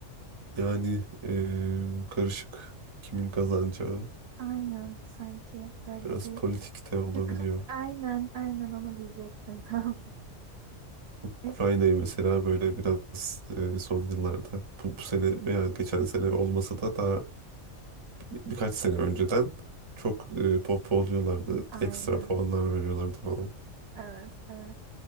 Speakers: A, on the right; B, on the right.
A: yani eee, karışık kimin kazanacağı.
B: aynen sanki böyle
A: Biraz
B: bir
A: politik de olabiliyor.
B: yukarı aynen aynen onu diyecektim <laughs> tam.
A: Ukrayna'yı
B: E,
A: mesela böyle biraz e, son yıllarda bu, bu sene veya geçen sene olmasa da daha bir- birkaç sene önceden çok e, pohpohluyorlardı.
B: Aynen.
A: Ekstra puanlar veriyorlardı falan.
B: Evet, evet.